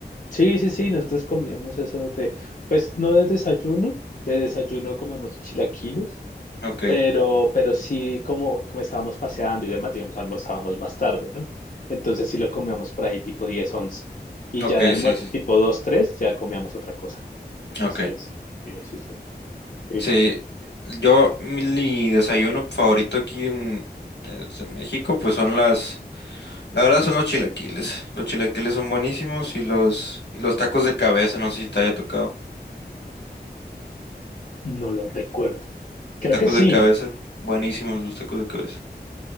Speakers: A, on the left; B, on the left.
A: sí, sí, sí, nosotros comíamos eso de, pues no de desayuno, de desayuno comíamos chilaquiles.
B: Ok,
A: Pero, pero sí, como, como estábamos paseando y demás, digamos, almorzábamos más tarde, ¿no? Entonces sí lo comíamos por ahí tipo 10 once Y
B: ok,
A: ya de almuerzo
B: sí, sí, sí,
A: tipo 2 3 ya comíamos otra cosa. Entonces
B: ok.
A: ahí sí, sí, sí, sí, sí,
B: Sí,
A: porque no,
B: yo, mi mi desayuno favorito aquí en, es en México, pues son las, la verdad son los chilaquiles. Los chilaquiles son buenísimos y los, y los tacos de cabeza, no sé si te haya tocado.
A: no lo recuerdo. Creo
B: Tacos
A: que sí,
B: de cabeza, buenísimos los tacos de cabeza.